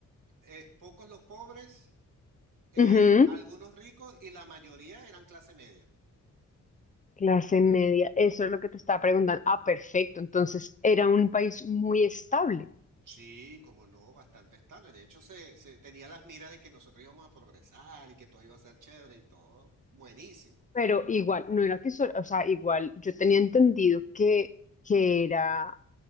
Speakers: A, on the right; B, on the left.
A: eh, pocos los pobres, eh,
B: Ujú,
A: algunos ricos y la mayoría eran clase media.
B: clase media, eso es lo que te estaba preguntando. Ah, perfecto, entonces era un país muy estable.
A: Sí, como no, bastante estable. De hecho, se, se tenía las miras de que nosotros íbamos a progresar y que todo iba a ser chévere y todo buenísimo.
B: Pero igual, no era que solo, o sea, igual yo tenía entendido que, que era,